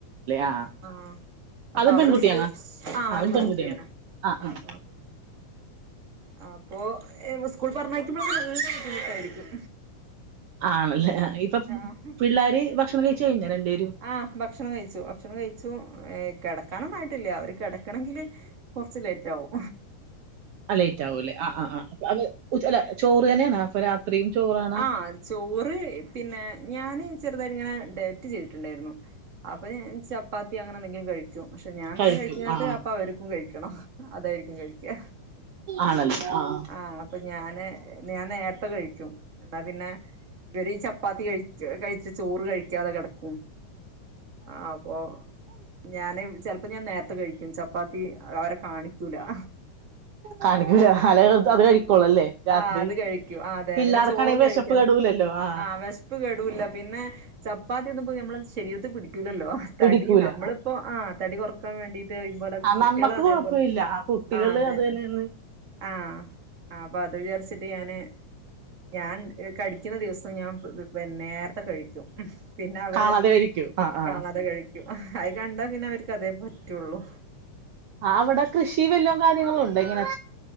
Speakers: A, on the right; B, on the right.
A: ആ
B: ആഹ് അപ്പൊ
A: അതും
B: അവള്
A: പെൺകുട്ടിയാണോ
B: സ്കൂള് ആഹ്
A: അതും
B: അത് പെങ്കുട്ട്യാണ്
A: പെൺകുട്ടിയല്ലേ ആ
B: ആഹ്
A: ആ
B: ആഹ് അപ്പോ ഏ മ്മള് സ്കൂൾ പർഞ്ഞയ്ക്കുമ്പളൊക്കെ നല്ലെ ബുദ്ധിമുട്ടായിരിക്കും
A: ആണല്ലേ ഇപ്പം
B: ആഹ്
A: പിള്ളാര് ഭക്ഷണം കഴിച്ച് കഴിഞ്ഞാ രണ്ട് പേരും
B: ആഹ് ഭക്ഷണം കഴിച്ചു ഭക്ഷണം കഴിച്ചു ഏഹ് കെടെക്കാനൊന്നായിട്ടില്ല്യാ അവര് കെടെക്കെണെങ്കില് കൊർച്ച് ലേറ്റാവും
A: ആഹ് ലെയ്റ്റാവൂലേ ആഹ് ആഹ് ആഹ് അവ് ഉച്ച അല്ല ചോറ് തന്നെയാണോ അപ്പ രാത്രിയും ചോറാ
B: ആഹ് ചോറ് പിന്നെ ഞാന് ചെർതായിട്ട്ങ്ങെനെ ഡെയെറ്റ് ചെയ്ത്ട്ട്ണ്ടായ്ര്ന്നു അപ്പ ഞാൻ ചപ്പാത്തി അങ്ങനെന്തെങ്കിലും കഴി ക്കും പക്ഷെ ഞാൻന്താ
A: കഴിക്കും
B: കഴിയ്ക്ക്ന്നത്
A: ആ
B: അപ്പ അവര്ക്കും കഴിയ്ക്കണം അതായിരിക്കും കഴിക്ക്യാ
A: ആണല്ലേ ആ ആ
B: ആഹ് അപ്പ ഞാന് ഞാൻ നേര്ത്തെ കഴിയ്ക്കും ന്നാ പിന്നെ ഇവര് ഈ ചപ്പാത്തി കഴിച്ച് കഴിച്ച് ചോറ് കഴിയ്ക്കാതെ കെടെക്കും ആപ്പോ ഞാന് ചെൽപ്പം ഞാൻ നേര്ത്തെ കഴിയ്ക്കും ചപ്പാത്തി അത് അവരെ കാണിയ്ക്കൂലാ
A: കാണിക്കൂല അല അത് കഴിക്കോളല്ലേ രാത്രി
B: ആഹ് അത് കഴിക്കും ആതെ
A: പിള്ളേർക്കാണെങ്കിൽ
B: പിന്നെ ചോ റ് കഴിക്കാന്ന്
A: വിശപ്പ് കെടൂലല്ലോ ആ
B: ആഹ് അവ വെശ്പ് കെടൂല്ല പിന്നേ ചപ്പാത്തി ഒന്നും പി ഞമ്മളെ ശരീരത്ത് പിടിക്കൂലല്ലോ തടി
A: പിടിക്കൂല
B: നമ്മള്പ്പോ ആഹ് തടി കുറക്കാൻ വേണ്ടീട്ട് ഇത്പോലെ
A: ആ
B: കുട്ടികളേ
A: നമ്മക്ക്
B: അതേപോലെ
A: കൊഴപ്പമില്ല ആ കുട്ടികള്
B: ആഹ് അതെ
A: അത് തന്നെന്ന്
B: ആഹ് ആ അപ്പൊ അത് വിചാരിച്ചിട്ട് ഞാന് ഞാൻ കഴിക്കുന്ന ദിവസം ഞാൻ നേരത്തെ കഴിക്കും പിന്നെ അവര്
A: കാണാതെ കഴിക്കും ആ ആ
B: കാണാതെ കഴിക്കും അത് കണ്ടാ പിന്നെ അവർക്ക് അതേ പറ്റുള്ളൂ
A: ആഹ് അവിടെ കൃഷി വല്ലോം കാര്യങ്ങളും ഉണ്ടോ ഇങ്ങനെ